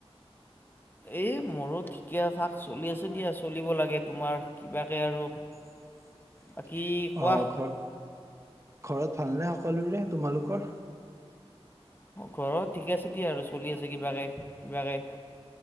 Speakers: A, on the left; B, on the right.
A: এই মোৰৰত ঠিকে থাক চলি আছে দিয়া, চলিব লাগে তোমাৰ কিবাকে আৰু।
B: <unintelligible>
A: বাকী কোৱা।
B: অ' ঘৰ ঘৰত ভালনে সকলোৰে তোমালোকৰ?
A: ঘৰত ঠিক আছে দিয়া আৰু চলি আছে কিবাকে কিবাকে।